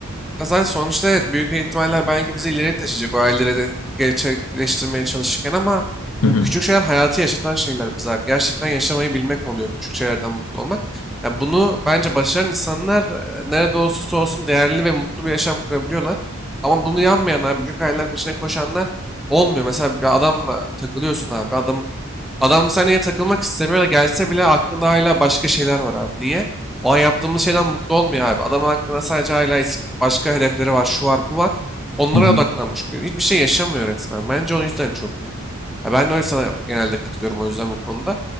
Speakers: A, in the centre; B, on the left (about 75°).
A: Zaten sonuçta evet büyük ihtimaller belki bizi ileriye taşıyacak o hayalleri de gerçekleştirmeye çalışırken ama m,
B: Hı hı.
A: küçük şeyler hayatı yaşatan şeyler bize abi. Gerçekten yaşamayı bilmek oluyor küçük şeylerden mutlu olmak. Yani bunu bence başaran insanlar e, nerede olursa olsun değerli ve mutlu bir yaşam kurabiliyorlar. Ama bunu yanmayan abi büyük hayaller peşine koşanlar olmuyor. Mesela bir adamla takılıyorsun abi adam Adam seninle takılmak istemiyor da gelse bile aklında hala başka şeyler var abi. Niye? O an yaptığımız şeyden mutlu olmuyor abi. Adamın aklında sadece hala eski- başka hedefleri var, şu var, bu var. Onlara
B: Hı hı.
A: odaklanmış. Hiçbir şey yaşamıyor resmen. Bence o yüzden çok kötü. Ya ben de öyle sana genelde katılıyorum o yüzden bu konuda.